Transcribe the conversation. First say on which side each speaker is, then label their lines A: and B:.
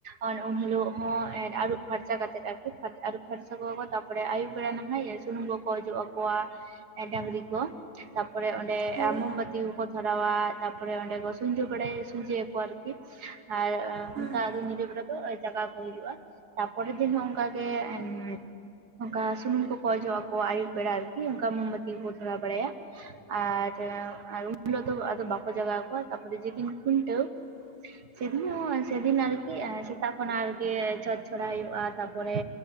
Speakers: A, on the right; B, on the right.
A: ᱟᱨ ᱩᱱᱦᱤᱞᱳᱜ ᱦᱚᱸ ᱮᱫ ᱟᱹᱨᱩᱵ ᱯᱷᱟᱨᱪᱟ ᱠᱟᱛᱮᱜ ᱟᱨᱠᱤ ᱟᱹᱨᱩᱵ ᱯᱷᱟᱨᱪᱟ ᱠᱚᱣᱟ ᱠᱚ ᱛᱟ ᱯᱚᱨᱮ ᱟᱹᱭᱩᱵ ᱵᱮᱲᱟ ᱱᱟᱦᱚᱭ ᱥᱩᱱᱩᱢ ᱠᱚᱠᱚ ᱚᱡᱚᱜ ᱟᱠᱚᱣᱟ ᱰᱟᱝᱨᱤ ᱠᱚ ᱾ ᱛᱟᱯᱚᱨᱮ ᱚᱸᱰᱮ
B: ᱦᱳᱭ
A: ᱟ ᱢᱚᱢᱵᱟᱹᱛᱤ ᱠᱚᱠᱚ ᱫᱷᱚᱨᱟᱣᱟ, ᱛᱟᱯᱚᱨᱮ ᱚᱸᱰᱮ ᱠᱚ ᱥᱩᱧᱡᱟᱹ ᱵᱟᱲᱟᱭ ᱥᱩᱧᱡᱟᱹᱭᱟᱠᱚ ᱟᱨᱠᱤ ᱟᱨ
B: ᱦᱩᱸ
A: ᱚᱱᱠᱟ ᱟᱫᱚ ᱧᱤᱫᱟᱹ ᱵᱮᱲᱟ ᱫᱚ ᱡᱟᱜᱟᱣ ᱠᱚ ᱦᱤᱡᱩᱜᱼᱟ, ᱛᱟᱨᱯᱚᱨᱮᱨ ᱫᱤᱱ ᱦᱚᱸ ᱚᱱᱠᱟᱜᱮ ᱮᱱ ᱚᱝᱠᱟ ᱥᱩᱱᱩᱢ ᱠᱚᱠᱚ ᱚᱡᱚᱜ ᱟᱠᱚᱣᱟ ᱟᱭᱩᱵ ᱵᱮᱲᱟ ᱟᱨᱠᱤ, ᱚᱝᱠᱟ ᱢᱳᱢᱵᱟᱹᱛᱤ ᱠᱚᱠᱚ ᱫᱷᱚᱨᱟᱣ ᱵᱟᱲᱟᱭᱟ ᱾ ᱟᱨ ᱩᱱᱦᱤᱞᱳᱜ ᱫᱚ ᱟᱫᱚ ᱵᱟᱠᱚ ᱡᱟᱜᱟᱣᱠᱚᱣᱟ ᱛᱟᱯᱚᱨᱮ ᱡᱮᱫᱤᱱ ᱠᱷᱩᱱᱴᱟᱹᱣ
B: <inaudible>
A: ᱥᱮᱫᱤᱱ ᱦᱚᱸ ᱥᱮᱫᱤᱱ ᱟᱨᱠᱤ ᱮᱸ ᱥᱮᱛᱟᱜ ᱠᱷᱚᱱᱟᱜ ᱟᱨᱠᱤ ᱪᱷᱚᱸᱪ ᱪᱷᱚᱲᱟ ᱦᱩᱭᱩᱜᱼᱟ, ᱛᱟᱯᱚᱨᱮ